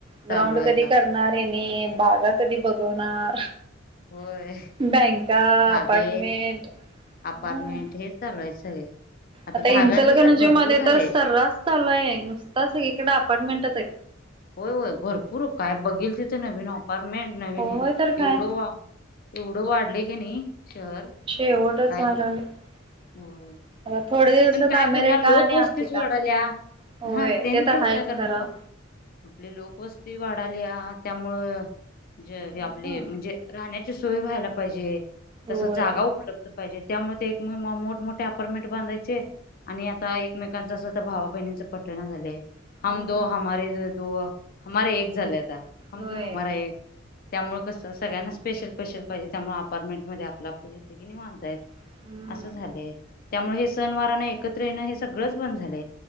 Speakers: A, on the left (about 45°); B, on the right (about 25°).
A: चालू
B: ग्राउंड
A: आहे
B: कधी
A: आता
B: करणार हे बाजार कधी भरवणार.
A: होय.
B: बँका
A: धाबे
B: अपार्टमेंट. हम्म
A: अपार्टमेंट हे चालूय सगळे
B: आता
A: धाब्यांचं
B: इंचलगणजी
A: तर भरपूर
B: मध्ये
A: झालंय
B: तर सर्रास चालू आहे नुसता सगळीकडे अपार्टमेंटच आहे
A: होय होय भरपूर काय बघेल तिथे नवीन अपार्टमेंट नवीन
B: होय
A: आहे
B: तर काय
A: एवढं वा एवढं वाढलंय का नाही शहर.
B: शेवटच
A: काय
B: व्हायला लागले.
A: होय.
B: थोडे दिवसात
A: पण काय
B: अमेरिका
A: करणार लोकवस्तीच
B: आणि आफ्रिका.
A: वाढाल्या
B: होय
A: हा त्याने
B: ते तर
A: तरी
B: हायच
A: काय करणार
B: खरा.
A: लोक आपली लोकवस्ती वाढाली त्यामुळं जे हे
B: हम्म
A: आपले म्हणजे राहण्या सोय व्हायला पाहिजे
B: होय
A: तस जागा उपलब्ध पाहिज त्यामुळे ते एक मोठमठे अपॉर्में बधाय आणि आता एकमेकांच अस तर भावा बहिणीच पठणा झालं
B: हम्म
A: हम दो हमारे दो हमारे एक झाल्याता हम
B: होय
A: दो हमारा एक. त्यामुळे कसं सगळ्यांना स्पेशल पैशल पाहिजे त्यामुळे अपार्टमेंट मध्ये आपलं आपलं घेतलं की नाही माांधतायत
B: हम्म
A: असं झालेय त्यामुळे हे सण वाराना एकत्र येणं हे सगळंच बंद झालं